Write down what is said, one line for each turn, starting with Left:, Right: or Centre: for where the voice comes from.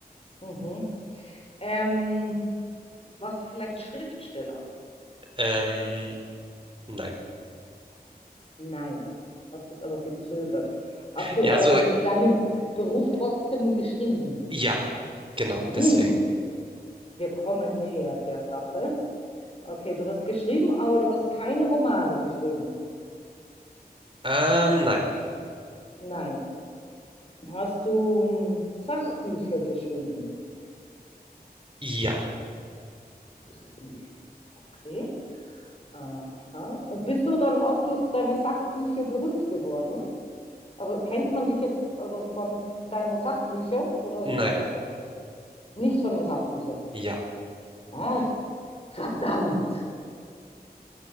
Left: Mhm. Ähm, warst du vielleicht Schriftsteller?
Right: Ähm, nein.
Left: Nein. Hast jetzt aber gezögert. Hast du
Right: Ja,
Left: aber
Right: so,
Left: dann in deinem Beruf trotzdem geschrieben?
Right: ja, genau,
Left: Mhm.
Right: deswegen.
Left: Wir kommen näher der Sache. Okay, du hast geschrieben, aber du hast keine Romane geschrieben.
Right: Ähm, nein.
Left: Nein. Hast du hm, Sachbücher geschrieben?
Right: Ja,
Left: Sachbücher. Okay. Aha. Und bist du dann auch durch deine Sachbücher berühmt geworden? Also kennt man dich jetzt also von deinen Sachbüchern oder eher
Right: nein,
Left: was anderes? Nicht von den Sachbüchern.
Right: ja,
Left: Ah, verdammt.